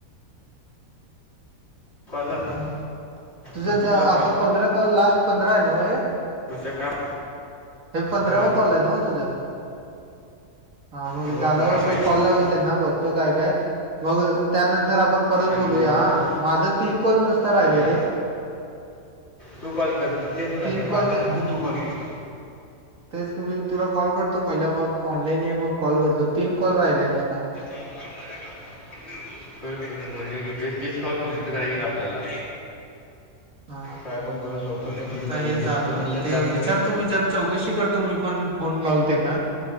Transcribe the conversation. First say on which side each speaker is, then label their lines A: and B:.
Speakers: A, on the left; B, on the right.
A: कॉल झाला
B: तुझं
A: कृषिकला
B: द आता पंधरा कॉल, लास्ट पंधरा आहे न्हवं हे?
A: तूच काम
B: हे पंधरावा
A: होय
B: कॉल हाय न्हवं तुझा? हा मग
A: होय
B: झाल्यावर
A: बघा
B: मी
A: पाहिजे
B: कॉल लावतो त्यांना. बघतो काय काय मग त्यानं तर आपण परत
A: आणि
B: बोलूया
A: मग
B: हा
A: तू
B: माझं तीन कॉल नुसत राहिले
A: हा,
B: रे.
A: तू कॉल कर मग. तेच म्हणाले
B: तीन कॉल
A: माझा
B: क-
A: नंतर तू कॉल
B: हा,
A: कर.
B: तेच कि, मी तुला कॉल करतो पहिला. मग ऑनलाईन ये मग कॉल करतो तीन कॉल राहिलाय नुसता.
A: <inaudible> खरं खरं बोल की ते तीस कॉल कमप्लीट करायचीेत
B: हम्म.
A: आपल्याला.
B: हा
A: काय पण करून लवकर कम्प्लीट
B: आता
A: करायचे
B: हे झालं.
A: आहेत. म्हणले
B: ते
A: तास
B: विचारतो मी जर चौकशी करतो मी पण फोन लावून त्यांना